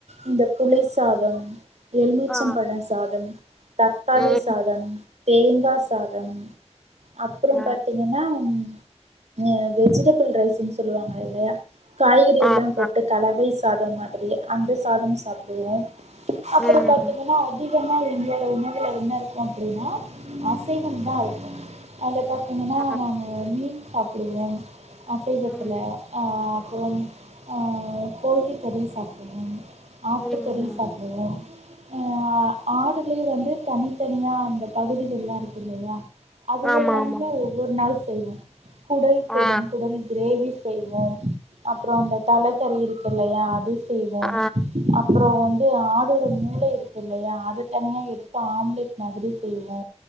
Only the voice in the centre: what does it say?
ஆ
ம்
ஆ
ஆ ஆ
ம்
ஆ
ம்
ம்
ஆமா
ஆமா
ஆ
ஆ ஆ